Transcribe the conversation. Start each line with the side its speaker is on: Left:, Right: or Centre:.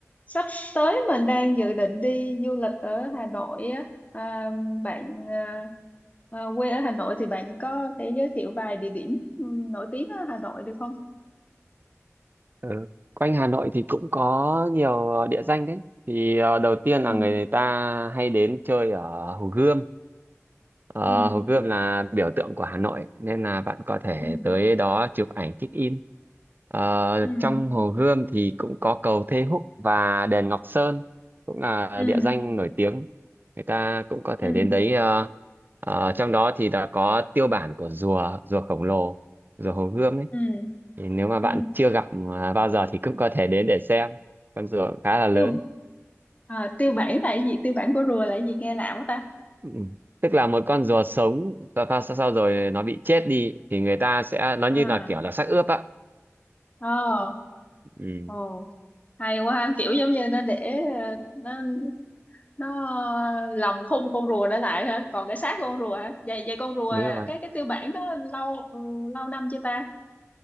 Left: sắp tới mình đang dự định đi du lịch ở Hà Nội á à, bạn à, à, quê ở Hà Nội thì bạn có thể giới thiệu vài địa điểm ừ, nổi tiếng ở Hà Nội được không?
Right: Ừ. Quanh Hà Nội thì cũng có nhiều ờ, địa danh đấy. Thì ờ, đầu tiên
Left: Ừ
Right: là người ta hay đến chơi ở Hồ Gươm. Ờ,
Left: ừ
Right: Hồ Gươm là biểu tượng của Hà Nội nên là bạn có thể
Left: ừ
Right: tới đó chụp ảnh check in. Ờ,
Left: ừ
Right: trong Hồ Gươm thì cũng có cầu Thê Húc và đền Ngọc Sơn cũng là
Left: ừ
Right: địa danh nổi tiếng. Người ta cũng có
Left: ừ
Right: thể đến đấy. ờ, ờ, trong đó thì đã có tiêu bản của rùa rùa khổng lồ, rùa Hồ Gươm ấy
Left: ừ
Right: thì nếu mà bạn
Left: ừ
Right: chưa gặp à, bao giờ thì cũng có thể đến để xem con rùa cũng khá là lớn
Left: tiêu à, tiêu bản là cái gì? Tiêu bản của rùa là cái gì nghe lạ quá ta?
Right: ừ. tức là một con rùa sống và và sau, sau rồi nó bị chết đi thì người ta sẽ nó như
Left: À,
Right: là kiểu là xác ướp á
Left: ồ,
Right: ừ.
Left: ồ, hay quá ha, kiểu giống như nó để ờ, nó nó ờ, lòng khung con rùa để lại ha còn cái xác con rùa hả vậy vậy con rùa
Right: đúng rồi
Left: cái cái tiêu bản đó lâu ừ, lâu năm chưa ta